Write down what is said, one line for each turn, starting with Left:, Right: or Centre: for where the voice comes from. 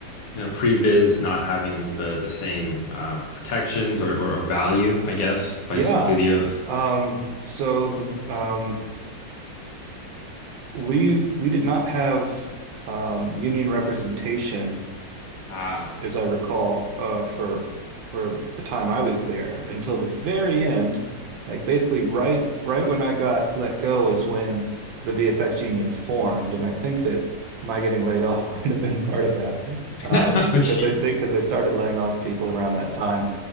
Left: you know previs not having the the same uh, protections or, or or value, I guess, by
Right: Yeah.
Left: studios.
Right: Um, so the um, we we did not have um, union representation,
Left: Ah,
Right: as I recall, uh, for for the time I was there until the very end. Like basically, right right when I got let go is when the VFX union formed, and I think that my getting laid off <laughs> might have been part of that
Left: <laughs>
Right: um, because
Left: Gee,
Right: they because they, they started laying off people around that time,